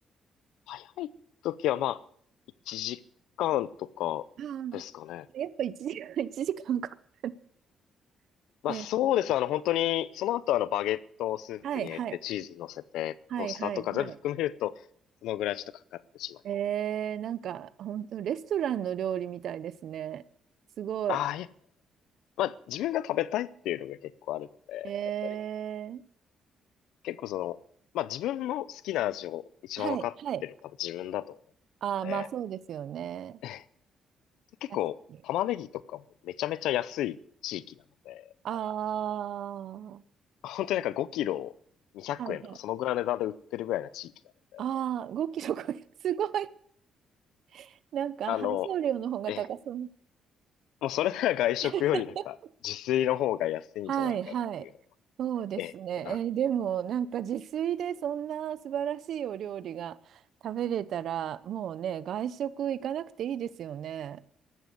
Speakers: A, on the left; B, on the right.
A: 早い時はまあ、1時間とかですかね。
B: あー <laughs> やっぱ1時間、<laughs> 1時間かんかか
A: まあそうです。
B: る。えー
A: あの本当に、その後あのバゲットをスープに入れてチーズ乗せて、
B: はい、はい、はい、
A: トースターとか全部含めると、
B: はい、はい。
A: そのぐらいちょっとかかってしまいます。
B: えー、なんか、本当レストランの料理みたいですね。すごい。
A: ああ、いや、まあ、自分が食べたいっていうのが結構あるので、
B: え
A: やっぱり、
B: ー、
A: 結構その、まあ自分の好きな味を一番分かってるのは多分自分だと思うので、
B: はい、はい。ああ、まあそうですよね。
A: <laughs> 結構玉ねぎとかもめちゃめちゃ安い地域なので、
B: 確かに。ああ、
A: あの
B: は
A: 本当になんか5キロ200円とかそのぐらいの値段で売ってるぐらいな地域なので。
B: いはい。ああ、5キロ5 0すごい。<laughs> なんか配送料の方が高そう。
A: あの、え、もうそれなら外食よりなんか自炊の方が安いんじゃないかっていうのも、
B: <laughs> はいはい。そうですね。
A: え、ってな。
B: えーでもなんか自炊でそんな素晴らしいお料理が食べれたらもうね、外食行かなくていいですよね。